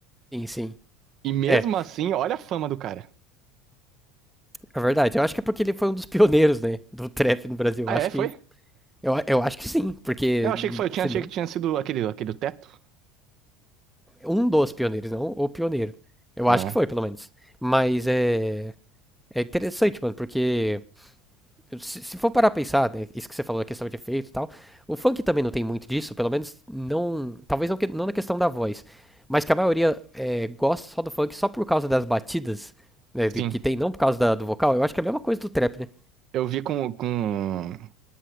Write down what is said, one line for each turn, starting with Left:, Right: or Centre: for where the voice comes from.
Centre: Sim, sim.
Right: E mesmo
Centre: É,
Right: assim, olha a fama do cara.
Centre: é verdade. Eu acho que é porque ele foi um dos pioneiros, né, do trap no Brasil. Eu
Right: Ah,
Centre: acho
Right: é?
Centre: que
Right: Foi?
Centre: Eu, eu acho que sim, porque
Right: Eu achei que foi, eu tinha,
Centre: se
Right: achei
Centre: não,
Right: que tinha sido aquele, aquele teto.
Centre: um dos pioneiros, não o pioneiro. Eu
Right: É.
Centre: acho que foi, pelo menos. Mas é, é interessante, mano, porque se, se for parar a pensar, né, isso que você falou da questão de efeito e tal, o funk também não tem muito disso, pelo menos não, talvez não, que- não na questão da voz, mas que a maioria é, gosta só do funk só por causa das batidas, né, de-
Right: Sim.
Centre: que tem, não por causa da- do vocal. Eu acho que é a mesma coisa do trap, né?
Right: Eu vi com, com,